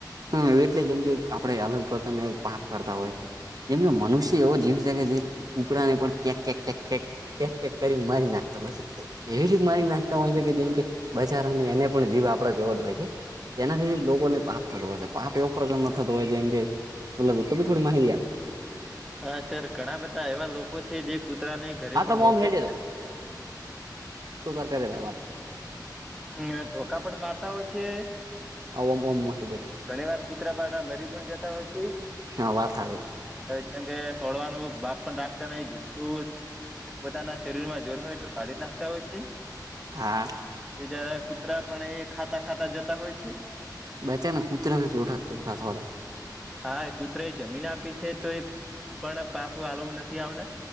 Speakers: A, on the right; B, in the centre.
A: હા એટલે જેમ કે આપડે અલગ પ્રકારનું એવું પાપ કરતા હોય છે. જેમ કે મનુષ્ય એવો જીવ છે કે જે કુકડાને પણ કેક કેક કેક, કેક કેક કરીને મારી નાખતો હોય છે. એવી રીત મારી નાખતા હોય છે કે જેમ કે બચારાઓને એને પણ જીવ આપડા જેવો જ હોય છે‌. એનાથી લોકોને પાપ થતો હોય છે પાપ એવો પ્રકાર નો થતો હોય છે એમ કે મતલબ તમે થોડી માહિતી આપ
B: હા સર ઘણા બધા એવા લોકો છે જે કૂતરાને ઘરે
A: હા
B: પણ
A: તમે
B: રોટલો
A: ઓમ હેડે
B: <inaudible>
A: દો તો તાર કરેજા વાત.
B: અહીંયા ધોકા પણ મારતા હોય છે.
A: આ <unintelligible> ઓમ મોહેડેર.
B: ઘણી વાર કૂતરા પાડા મરી પણ જતા હોય છે.
A: હા વાત સારી
B: કેમ કે સોડવાનું બાપ પણ રાખતા નઈ જેટલું પોતાના શરીરમાં જોર હોય એટલું કાઢી નાખતા હોય છે.
A: હા
B: બિચારા કૂતરા પણ એ ખાતા ખાતા જતા હોય છે.
A: બચા ને કૂતર ને <unintelligible> સોડે
B: હા એ કૂતરા એ જમીન આપી છે તો એ પણ પાછું હાલવું નથી આવડે